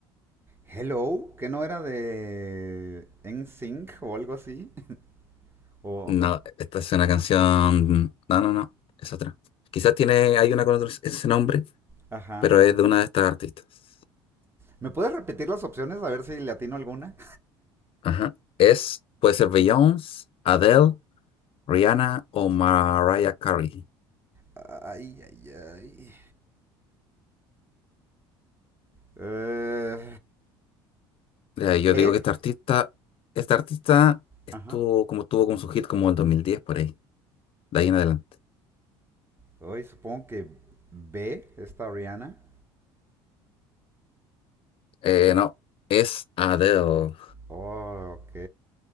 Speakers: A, on the right; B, on the left.
A: Hello, que no era de NSYNC o algo así. <laughs> O.
B: No, esta es una canción. No, no, no. Es otra. Quizás tiene, hay una con otro- ese nombre,
A: Ajá.
B: pero es de una de estas artistas.
A: ¿Me puedes repetir las opciones a ver si le atino alguna?
B: Ajá. Es, puede ser Beyoncé, Adele, Rihanna o Mariah Carey.
A: Ay, ay, ay. Eh,
B: Eh, yo
A: B.
B: digo que esta artista, esta artista estuvo
A: Ajá.
B: como tuvo con su hit como el 2010 por ahí, de ahí en adelante.
A: Hoy supongo que B, esta Rihanna.
B: Eh, no, es Adele.
A: Oh, ok.